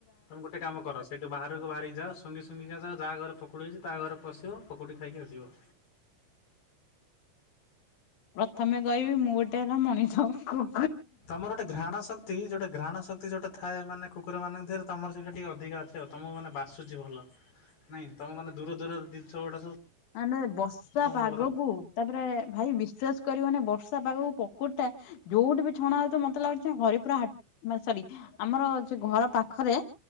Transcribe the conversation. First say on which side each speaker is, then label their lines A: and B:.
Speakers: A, on the left; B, on the left.
A: ତମେ ଗୋଟେ କାମକର ସେ ସେ ବାହାରକୁ ବାହାରିକି ଯାଅ ଶୁଙ୍ଗି ଶୁଙ୍ଗି କା ଯାଅ ଯାହା ଘରେ ପକୁଡ଼ି ହେଇଚି ତା ଘରେ ପଶିବ ପକୁଡ଼ି ଖାଇକି ଆସିବ।
B: ପ୍ରଥମେ କହିବି ମୁଁ ଗୋଟେ ହେଲା ମଣିଷ କୁ
A: ତମର ଗୋଟେ ଘ୍ରାଣ ଶକ୍ତି ଯୋଉଟା ଘ୍ରାଣ ଶକ୍ତି ଯୋଉଟା ଥାଏ ମାନେ କୁକୁରମାନଙ୍କ ଦେହରେ ତମର ସେଇଟା ଟିକେ ଅଧିକା ଅଛି। ତମକୁ ମାନେ ବାସୁଚି ଭଲ ନାଇଁ ତମକୁ ମାନେ ଦୂର ଦୂର ଜିନିଷଗୁଡା ସବୁ
B: ମାନେ ବର୍ଷା
A: ତମକୁ
B: ପାଗକୁ
A: ଭଲ
B: ତାପରେ ଭାଇ ବିଶ୍ଵାସ କରିବନି ବର୍ଷା ପାଗକୁ ପକୁଡ଼ିଟା ଯୋଉଠି ବି ଛଣା ହୋଉଥୁବ ମତେ ଲାଗୁଚି ହରିପୁର ହାଟ ମା ସରି ଆମର ସେ ଘର ପାଖରେ